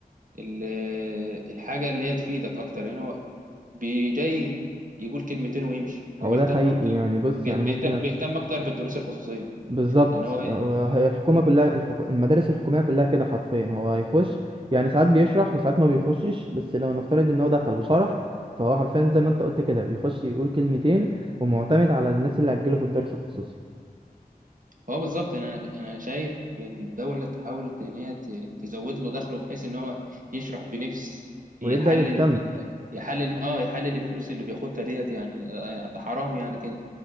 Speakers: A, on the right; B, on the right.
A: ال- الحاجه اللي هي تفيدك اكتر يعني هو بي- جاي يقول كلمتين ويمشي
B: <laughs>
A: هو
B: هو
A: بيهتم
B: ده حقيقي
A: اكتر
B: يعني بص
A: بيهتم
B: يعني ممكن أ-
A: بيهتم اكتر بالدروس الخصوصيه
B: بالظبط
A: يعني هو إيه؟
B: هو هي الحكومة كلها الحكو... المدارس الحكومية كلها كده حرفيا هو هيخش يعني ساعات بيشرح وساعات ما بيخشش بس لو نفترض ان هو دخل وشرح فهو حرفيا زي ما انت قلت كده بيخش يقول كلمتين ومعتمد على الناس اللي هتجيله في الدرس الخصوصي
A: هو بالظبط يعني انا انا شايف الدوله تحاول ان هي ت- تزود له دخله بحيث ان هو يشرح بنفس
B: ويبدأ
A: يحلل
B: يهتم
A: يحلل اه يحلل الفلوس اللي بياخدها ديت يعني آه، ده حرام يعني كده